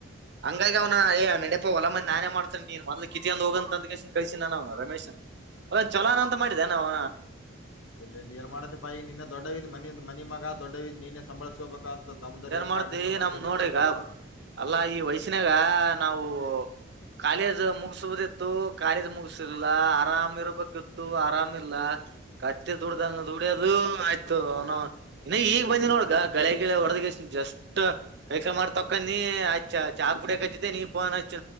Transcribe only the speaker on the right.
ಹಂಗಾಗಿ ಅವ್ನ ನೆಡಿಯಪ್ಪ ಹೊಲ. ನಾನೇ ಮಾಡ್ತೇ ನೀನ್ ಮೊದಲು ಕಿತ್ತುಕೊಂಡು ಹೋಗು ಅಂತ ಕಳ್ಸಿನ ನಾನ ರಮೇಶ್. ಚಲೋನ್ ಅಂತ ಮಾಡಿದ್ದನೆವ
ಮಾಡ್ತಿ
ನಮ್ ನೋಡ್ರಿಗ ಅಲ್ಲಾ ಈ ವಯಸ್ಸಿನಾಗ ನಾವು. ಕಾಲೇಜ್ ಮುಗಿಸಬವುದಿತು ಕಾಲೇಜ್ ಮುಗಸಿಲ್ಲ ಆರಾಮ ಇರ್ಬೇಕಿತ್ತು ಆರಾಮಿಲ್ಲ. ಕತ್ತೆ ದುಡ್ದಂಗ ದುಡ್ಯೋದು ಆಯ್ತು ಅವನು ಇನ್ನ ಈಗ್ ಬಂದಿ ನೋಡ್ಗ ಗಳೆಗಿಳೆ. <unintelligible> ಜಾಸ್ಟ್ ಕೈ ಕಾಳ್ ತಕೊಂಡಿ ಚಾ ಕುಡಿಯ ಕಚ್ಚಿದ್ದೆ ನೀ ಪೋನ್ ಅಚ್ಚ್